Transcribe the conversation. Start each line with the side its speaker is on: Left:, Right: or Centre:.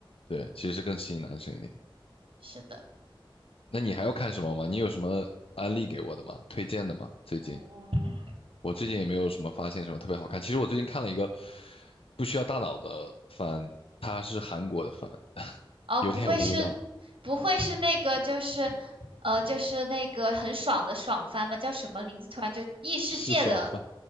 Left: 对，其实是更吸引男生一点。
Right: 是的。
Left: 那你还要看什么吗？你有什么安利给我的吗？推荐的吗？最近
Right: 嗯。
Left: 我最近也没有什么发现什么特别好看。其实我最近看了一个不需要大脑的番，它是韩国的番，<laughs>
Right: 哦，
Left: 有点无脑，
Right: 不会是，不会是那个，就是，呃，就是那个很爽的爽番吧？叫什么名字？突然就异世界的，
Left: 是爽番，